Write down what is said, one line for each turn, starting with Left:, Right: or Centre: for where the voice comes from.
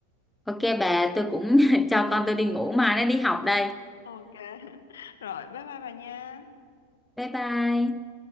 Centre: ok bà tôi cũng <laughs> cho con tôi đi ngủ mai nó đi học đây
Left: Ok. <laughs> Rồi, bye bye bà nha.
Centre: bye bye